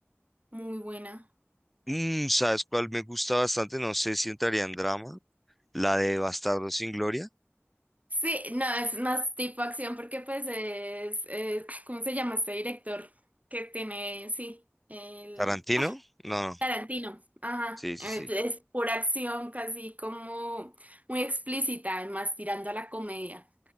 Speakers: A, on the right (about 35°); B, in the centre.
A: muy buena.
B: Mm, ¿sabes cuál me gusta bastante? No sé si entraría en drama. La de Bastardo sin Gloria.
A: Sí, no, es más tipo acción porque pues es, es- ¿cómo se llama este director? Que tiene, sí, el...
B: ¿Tarantino? No, no.
A: Tarantino, ajá,
B: Sí, sí,
A: eh,
B: sí.
A: es por acción casi como muy explícita, más tirando a la comedia,